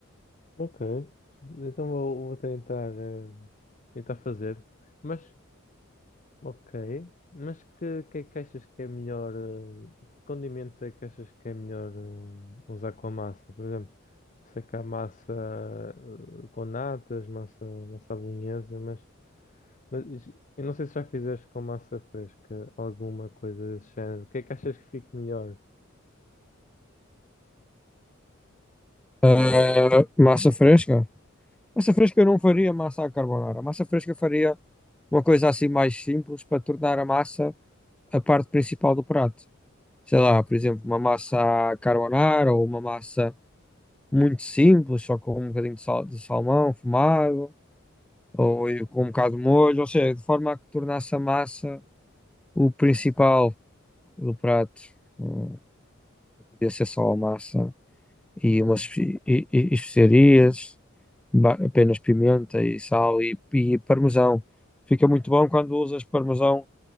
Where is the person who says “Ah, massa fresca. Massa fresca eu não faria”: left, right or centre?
Centre